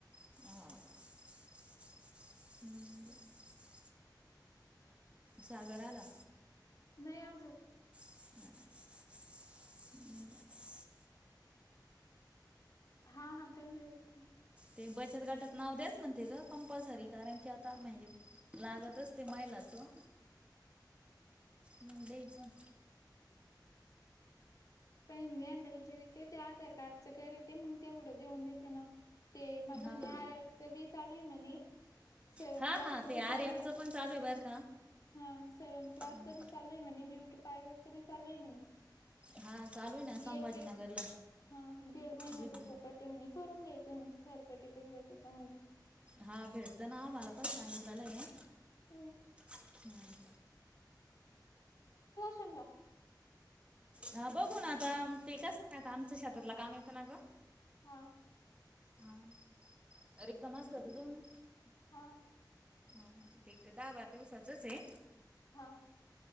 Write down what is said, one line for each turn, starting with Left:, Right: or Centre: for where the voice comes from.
Right: <unintelligible> <inaudible> सागर आला.
Left: नाही अजूक,
Right: <inaudible> <inaudible>
Left: हा हा त्यांनले थांब
Right: ते बचत गटात नाव द्याच म्हणते ग कंपल्सरी कारण की, आ आता म्हणजे लागत असते महिलांचं म द्यायचं.
Left: पणं ह्यानला विचारी ते त्या आधार कार्डचं करिते, मग तेवढं देऊन देते ना. ते मला
Right: हा
Left: म्हणे आर एफ च बी चालूए म्हणे सेव्हन
Right: हा
Left: क्लासच
Right: हा ते
Left: बी चालू
Right: आर एफ
Left: आहे.
Right: च पण चालूए बर का?
Left: हा सेव्हन क्लासच
Right: हम्म.
Left: बी चालूए म्हणे, ब्युटी पार्लरच बी चालूए म्हणे
Right: हा चालू आहे ना संभाजीनगरला
Left: एक एक हा दीड महिन्याच
Right: विद
Left: फुकट आहे म्हने करून घ्यायचं म्हणेस सरपटेकिट भेटत म्हणे
Right: हा भेटत ना मला पण सांगितलेलं ए.
Left: हो.
Right: हम्म.
Left: शेंगा
Right: हा बघून आता ते कस आता, आमच शेतातला काम येतं ना ग.
Left: हा
Right: हा रिकाम असला त जाऊन ये.
Left: हा
Right: हा ते दहा बारा दिवसाचच ए
Left: हा.